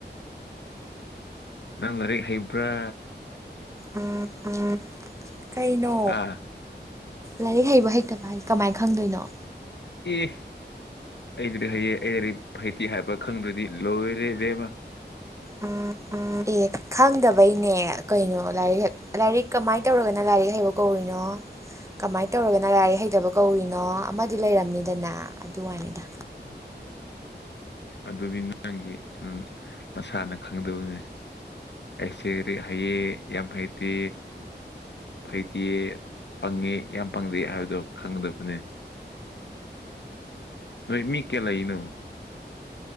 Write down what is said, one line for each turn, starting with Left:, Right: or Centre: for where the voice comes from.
Left: ꯅꯪ ꯂꯥꯏꯔꯤ ꯍꯩꯕ꯭ꯔꯥ
Right: ꯎꯝ ꯎꯝ ꯀꯩꯅꯣ
Left: ꯑꯥ
Right: ꯂꯥꯏꯔꯤꯛ ꯍꯩꯕ ꯍꯩꯇꯕ ꯍꯥꯏꯁꯦ ꯀꯃꯥꯏꯅ ꯈꯪꯗꯣꯏꯅꯣ
Left: ꯑꯦ ꯑꯩꯗꯗꯤ ꯍꯩꯌꯦ ꯑꯩꯗꯗꯤ ꯍꯩꯇꯦ ꯍꯥꯏꯕ ꯈꯪꯗ꯭ꯔꯗꯤ ꯂꯣꯏꯔꯦꯕꯦꯝꯃ
Right: ꯎꯝ ꯎꯝ ꯑꯦ ꯈꯪꯗꯕꯩꯅꯦ ꯀꯩꯅꯣ ꯂꯥꯏꯔꯤꯛ ꯍ ꯂꯥꯏꯔꯤꯛ ꯀꯃꯥꯏꯅ ꯇꯧꯔꯒꯅ ꯂꯥꯏꯔꯤꯛ ꯍꯩꯕ ꯀꯧꯔꯤꯅꯣ ꯀꯃꯥꯏꯅ ꯇꯧꯔꯒꯅ ꯂꯥꯏꯔꯤꯛ ꯍꯩꯇꯕ ꯀꯧꯔꯤꯅꯣ ꯑꯃꯗꯤ ꯂꯩꯔꯝꯅꯤꯗꯅ ꯑꯗꯨ ꯋꯥꯅꯤꯗ
Left: ꯑ ꯑꯗꯨꯗꯤ ꯅꯪꯒꯤ ꯅꯁꯥꯅ ꯈꯪꯗꯕꯅꯦ ꯑꯩꯁꯦ ꯍꯩꯌꯦ ꯌꯥꯝ ꯍꯩꯇꯦ ꯐꯩꯇꯦ ꯄꯪꯉꯦ ꯌꯥꯝ ꯄꯪꯗꯦ ꯍꯥꯏꯕꯗꯣ ꯈꯪꯒꯗꯕꯅꯦ ꯅꯣꯏ ꯃꯤ ꯀꯌꯥ ꯂꯩꯅꯣ